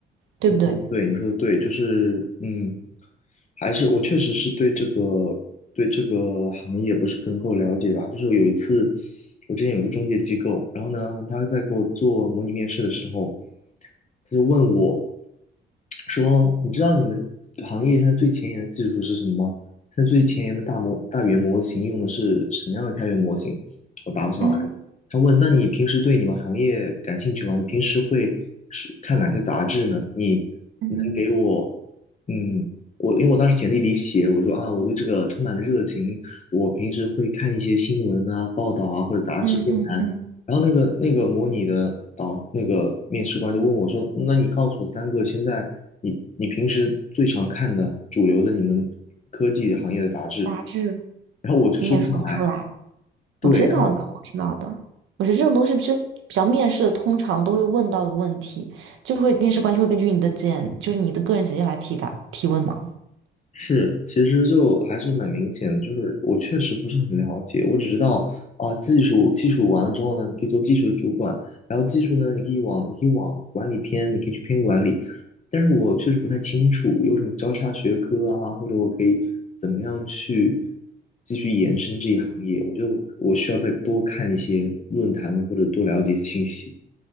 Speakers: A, on the right; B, on the left.
A: 对不对？
B: 你说的对，你说的对，就是嗯，还是我确实是对这个对这个行业不是更够了解吧。就是有一次，我之前有一个中介机构，然后呢，他在给我做模拟面试的时候，他就问我说：“你知道你们行业现在最前沿的技术是什么吗？现在最前沿的大模大语言模型用的是什么样的开源模型？”我答不上来。
A: 嗯
B: 他问：“那你平时对你们行业感兴趣吗？你平时会是看哪些杂志呢？你能给我，
A: 嗯
B: 嗯，我因为我当时简历里写，我说啊，我对这个充满了热情，我平时会看一些新闻啊、报道啊或者杂志论坛。
A: 嗯嗯嗯，
B: 然后那个那个模拟的导那个面试官就问我说：“那你告诉我三个现在你你平时最常看的主流的你们科技行业的杂志。”
A: 杂志
B: 然后我就说不上来，
A: 你也说不出来，
B: 对。
A: 我知道的，我知道的。我觉得这种东西就是比较面试的，通常都会问到的问题，就会面试官就会根据你的简，就是你的个人简介来提答提问嘛。
B: 是，其实就还是蛮明显的，就是我确实不是很了解，我只知道啊、技术技术完了之后呢，你可以做技术的主管，然后技术呢，你可以往你可以往管理偏，你可以去偏管理，但是我确实不太清楚有什么交叉学科啊，或者我可以怎么样去继续延伸这一行业，我觉得我我需要再多看一些论坛或者多了解一些信息。